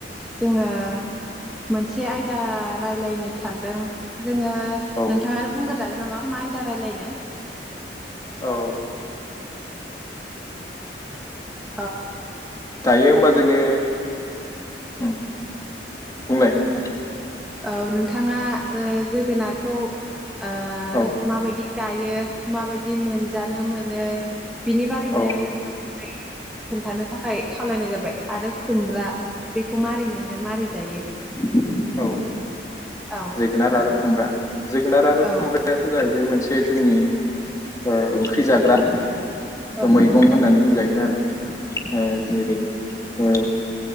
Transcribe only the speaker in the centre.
जोङो मोनसे आयदा रायलायनो सानदों जोङो
नोंथाङानो बुंग्रोजागोन नामा मा आयदा रायलायनो।
आ
औ नोंथाङा ओ जोगोनारखौ ओ
माबायदि गायो माबायदि मोनजानो मोनो बिनि बारैनो
नोंथां खोन्थानो थाखाय खावलायनाय जाबाय आरो खुमब्रा बेखौ माबारै मोनो माबारै जायो
औ
औ
औ